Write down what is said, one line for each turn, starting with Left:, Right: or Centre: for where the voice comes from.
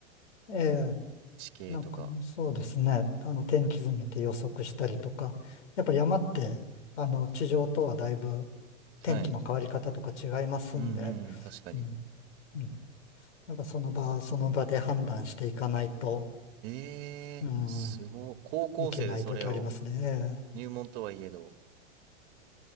Left: ええ、
Right: 地形とか。
Left: なんかそうですね。あの、天気図見て予測したりとか、やっぱ山って、あの、地上とはだいぶ天気の変わり方とか違いますんで、
Right: はい。うんうんうん、確かに。
Left: うん、うん。やっぱその場、その場で判断していかないと、
Right: ええー、
Left: うん、
Right: すごい。高校生でそれを、
Left: いけない時ありますね。ええ
Right: 入門とはいえど、